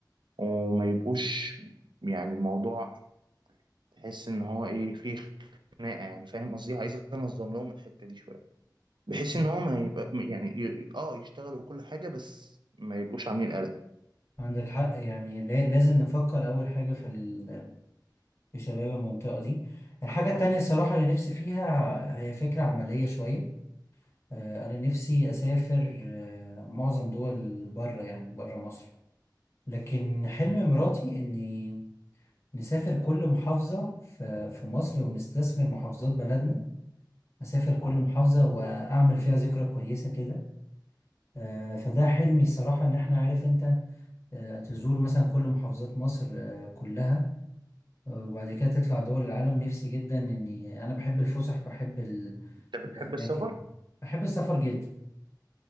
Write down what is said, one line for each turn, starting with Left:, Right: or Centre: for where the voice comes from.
Right: وما يبقوش يعني الموضوع تحس إن هو إيه فيه خناقة يعني فاهم قصدي عايز أنظم لهم الحتة دي شوية بحيث
Left: آه،
Right: إن هو ما يبقى يعني ي- آه يشتغلوا كل حاجة بس ما يبقوش عاملين قلق
Left: عندك حق يعني لا- لازم نفكر اول حاجه في ال- في شباب المنطقه دي الحاجه التانية الصراحه اللي نفسي فيها هي فكره عمليه شويه آه، أنا نفسي أسافر آه، معظم دول بره يعني بره مصر لكن حلم مراتي إني نسافر كل محافظة في في مصر ونستثمر محافظات بلدنا أسافر كل محافظة وأعمل فيها ذكرى كويسة كده آه، فده حلمي الصراحة إن إحنا عارف أنت آه، تزور مثلا كل محافظات مصر آه، كلها آه، وبعد كده تطلع دول العالم نفسي جدا إني أنا بحب الفسح بحب ال-
Right: أنت بتحب
Left: الأماكن
Right: السفر؟
Left: بحب السفر جدا